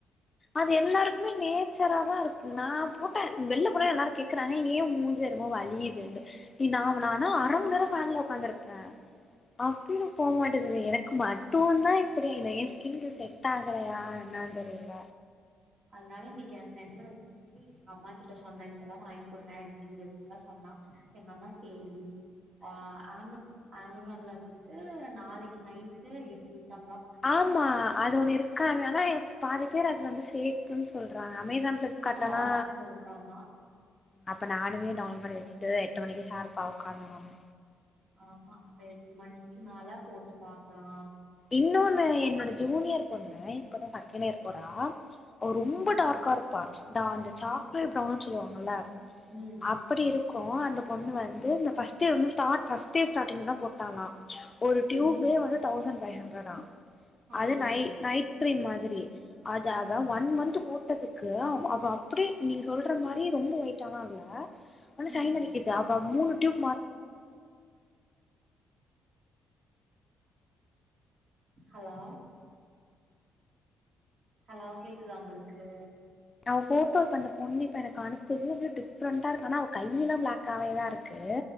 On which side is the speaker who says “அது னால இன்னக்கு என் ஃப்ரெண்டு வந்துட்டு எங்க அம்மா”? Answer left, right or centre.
Right